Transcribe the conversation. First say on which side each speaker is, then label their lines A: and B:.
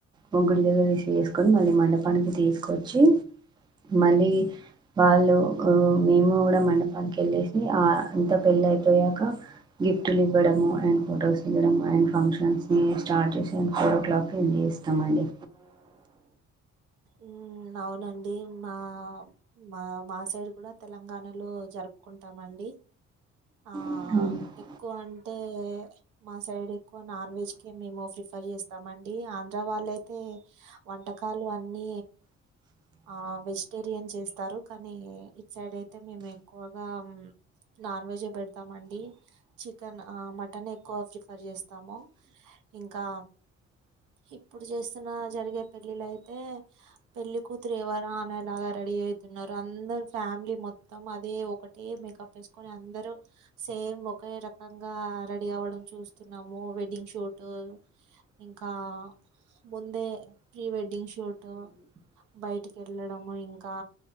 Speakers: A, on the right; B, on the right.
A: ముగ్గుడి దగ్గర రిసీవ్ చేసుకొని మళ్ళీ మండపానికి తీసుకొచ్చి మళ్ళీ వాళ్ళు మేము కూడా మండపానికి వెళ్ళేసి అంతా పెళ్ళ అయిపోయాక గిఫ్టులు ఇవ్వడము అండ్ ఫొటోస్ ఇవ్వడము అండ్ ఫంక్షన్స్ ని స్టార్ట్ చేసి అండ్ ఫోరో క్లాక్ ఎంజాయ్ చేస్తమండి
B: ఊ అవునండి మా మా మా సైడ్ కూడా తెలంగాణలో జరుపుకుంటామండి ఆ
A: ఇప్పుడు
B: ఎక్కువ అం అయితే మా సైడ్ ఎక్కువ నాన్ వెజ్ కే మేము ప్రిఫర్ చేస్తామండీ ఆంధ్ర వాళ్ళైతే వంట కాలు అన్నీ ఆ వెజిటేరియన్ చేస్తారు కానీ ఇటు సైడ్ అయితే మేము ఎక్కువగా నాన్ వెజ్జె పెడతాం అండి చికెన్ ఆ మటన్ ఎక్కువ ప్రిఫర్ చేస్తాము ఇంకా ఇప్పుడు చేస్తున్నా జరిగే పెళ్ళిలయితే పెళ్లి కూతురు ఎవర ఆమె లాగా రెడీ అయితున్నారు అందరు ఫ్యామిలీ మొత్తం అదే ఒకటే మేకప్ వేసుకొని అందరూ సేమ్ ఒకే రకంగా రెడీ అవ్వడం చూస్తున్నాము వెడ్డింగ్ షూట్ ఇంకా ముందే ప్రీ వెడ్డింగ్ షూటు బయటికి వెళ్ళడం ఇంకా